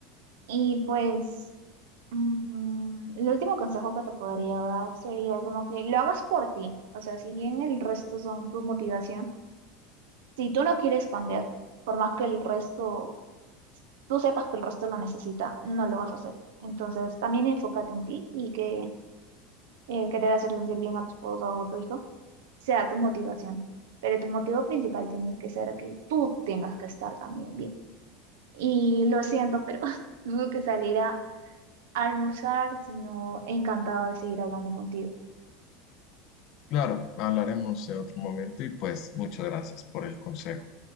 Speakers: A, on the right; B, on the left.
A: Y pues mm, el último consejo que te podría dar sería como que lo hagas por ti. O sea, si bien el resto son tu motivación, si tú no quieres cambiar, por más que el resto tú sepas que el resto lo necesita, no lo vas a hacer. Entonces, también enfócate en ti y que el querer hacer sentir bien a tu esposo o a tu hijo sea tu motivación. Pero tu motivo principal tiene que ser que tú tengas que estar también bien. Y lo siento, pero <laughs> tengo que salir a almorzar, sino encantada de seguir hablando contigo.
B: Claro, hablaremos en otro momento y pues muchas gracias por el consejo.